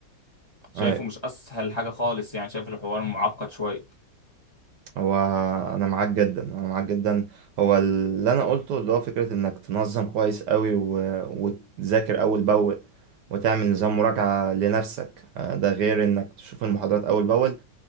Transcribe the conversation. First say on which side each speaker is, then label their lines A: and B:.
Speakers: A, on the left; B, on the right.
A: شايفه
B: أي-
A: مش اسهل حاجة خالص يعني شايف الحوار معقد شوية
B: هو انا معاك جدا انا معاك جدا هو اللي انا قلته اللي هو فكره انك تنظم كويس قوي و... وتذاكر اول باول وتعمل نظام مراجعه لنفسك آه، ده غير انك تشوف المحاضرات اول باول